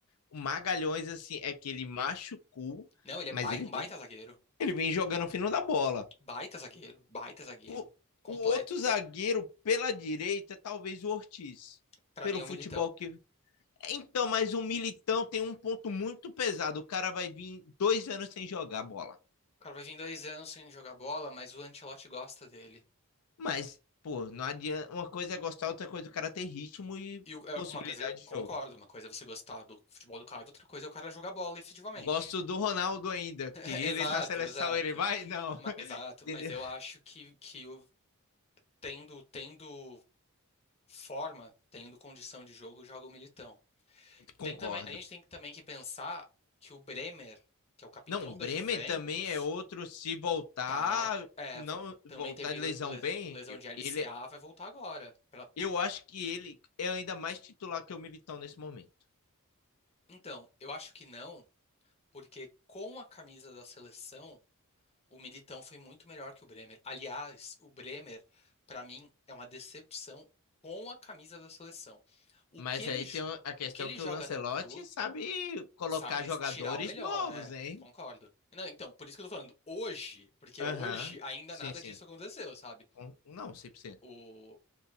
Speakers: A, on the left; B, on the left.
A: O Magalhães, assim, é que ele machucou,
B: Não, ele é
A: mas
B: bai-
A: ele
B: um
A: vem
B: baita zagueiro.
A: Ele vem jogando o fino da bola.
B: Baita zagueiro, baita zagueiro.
A: O,
B: Completo.
A: o outro zagueiro pela direita, talvez o Ortiz,
B: Pra
A: pelo
B: mim é
A: futebol
B: um militão.
A: que. Então, mas o Militão tem um ponto muito pesado. O cara vai vir dois anos sem jogar bola.
B: O cara vai vir dois anos sem jogar bola, mas o Ancelotti gosta dele.
A: Mas, pô, não adianta. Uma coisa é gostar, outra coisa é o cara ter ritmo e
B: E o- é,
A: possibilidade
B: uma coisa, eu
A: de
B: concordo,
A: jogo.
B: uma coisa é você gostar do futebol do cara, outra coisa é o cara jogar bola efetivamente.
A: Gosto do Ronaldo ainda.
B: <laughs>
A: Queria
B: Exato,
A: ele na seleção,
B: exato.
A: ele vai? Não.
B: Ma-
A: <laughs>
B: exato,
A: Entendeu?
B: mas eu acho que, que o- tendo, tendo forma, tendo condição de jogo, joga o Militão.
A: Concordo.
B: Tem também, a gente tem que- também que pensar que o Bremer, que é o capitão
A: Não, o Bremer
B: da Juventus,
A: também é outro. Se voltar,
B: tá, é,
A: não
B: va- também
A: voltar
B: teve
A: de
B: le-
A: lesão
B: le-
A: bem,
B: lesão
A: eu,
B: de LCA,
A: ele, é-
B: vai voltar agora. Pra-
A: eu acho que ele é ainda mais titular que o Militão nesse momento.
B: Então, eu acho que não, porque com a camisa da seleção, o Militão foi muito melhor que o Bremer. Aliás, o Bremer, pra mim, é uma decepção com a camisa da seleção. O
A: Mas
B: que ele,
A: aí
B: jo-
A: tem a questão
B: o que ele
A: que
B: joga
A: o Lancelotti
B: no clube,
A: sabe colocar
B: sabe
A: jogadores
B: tirar o melhor,
A: novos,
B: é,
A: hein?
B: concordo. Não, então, por isso que eu tô falando hoje, porque
A: Aham.
B: hoje ainda
A: Sim,
B: nada
A: sim.
B: disso aconteceu, sabe?
A: Com- Não, cem por cento.
B: O...